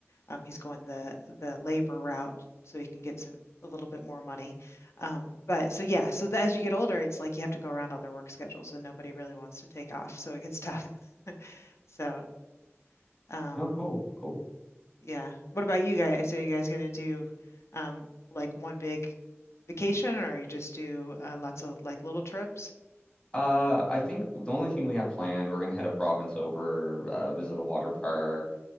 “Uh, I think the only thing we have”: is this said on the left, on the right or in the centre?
Left